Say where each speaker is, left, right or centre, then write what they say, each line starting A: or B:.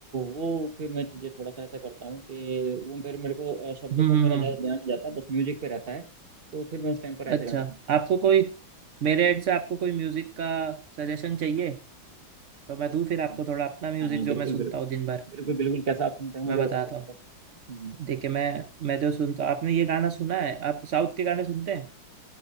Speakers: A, on the right (about 35°); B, on the right (about 60°).
A: वो फिर मैं चीज़ें थोड़ा सा ऐसा करता हूँ कि वो फिर मेरे को अ, शब्दों
B: हम्म
A: पर
B: हम्म
A: मेरा ज़्यादा
B: हम्म
A: ध्यान नहीं जाता बस म्यूजिक पे रहता है तो फिर मैं उस टाइम पर ऐसे
B: अच्छा
A: गाने सुनता
B: आपको कोई मेरे एड से आपको कोई म्यूजिक का सजेशन चाहिए तो मैं दूं फिर आपको
A: हूँ
B: थोड़ा अपना म्यूजिक
A: हाँ हाँ हाँ,
B: जो
A: बिल्कुल
B: मैं
A: बिल्कुल
B: सुनता हूँ दिन भर
A: बिल्कुल बिल्कुल कैसा आप सुनते हैं मुझे
B: मैं बताता
A: बताओ
B: हूँ
A: हम्म,
B: देखिए मैं मैं जो सुनता हूँ आपने ये गाना सुना है आप साउथ के गाने सुनते हैं